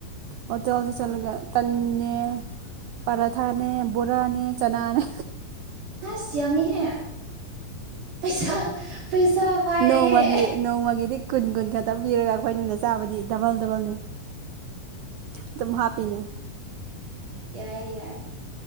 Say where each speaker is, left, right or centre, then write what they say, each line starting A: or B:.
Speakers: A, on the right (about 80°); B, on the right (about 65°).
A: ꯑꯣ ꯇ ꯑꯣꯗ ꯆꯂꯒ ꯇꯟꯅꯦ ꯄꯔꯥꯊꯥꯅꯦ ꯕꯣꯔꯥꯅꯦ ꯆꯅꯥꯅꯦ
B: ꯑ ꯁꯤ꯭ꯌꯥꯃꯤ ꯍ ꯄꯩꯁꯥ ꯄꯩꯁꯥ ꯋꯥꯏꯔꯦ
A: ꯅꯣꯡꯃꯒꯤ ꯅꯣꯡꯃꯒꯤꯗꯤ ꯀꯨꯟ ꯀꯨꯟ ꯈꯛꯇ ꯄꯤꯔꯒ ꯑꯩꯈꯣꯏꯅꯅ ꯆꯥꯕꯗꯤ ꯗꯕꯜ ꯗꯕꯜꯅꯤ ꯑꯗꯨꯝ ꯍꯥꯞꯄꯤꯅꯦ
B: ꯌꯥꯏꯌꯦ ꯌꯥꯏ